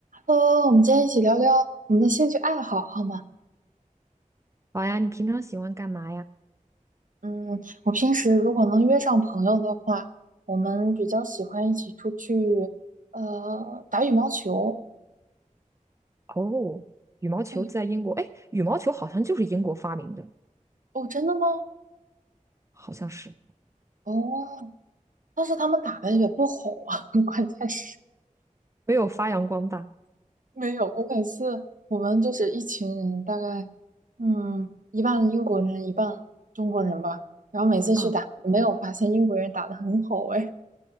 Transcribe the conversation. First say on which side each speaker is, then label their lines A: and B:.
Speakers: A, on the right; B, on the right.
A: 呃，我们今天一起聊聊我们的兴趣爱好，好吗？
B: 好呀，你平常喜欢干嘛呀？
A: 嗯，我平时如果能约上朋友的话，我们比较喜欢一起出去，呃，打羽毛球。
B: 哦，羽毛球在英国，
A: 对，
B: 哎，羽毛球好像就是英国发明的，
A: 哦，真的吗？
B: 好像是
A: 哦，但是他们打的也不好啊，<laughs> 关键是
B: 没有发扬光大
A: 没有。我每次我们就是一群人，大概嗯，一半英国人，一半中国人吧。然后每次去打，
B: 啊，
A: 没有发现英国人打得很好，哎，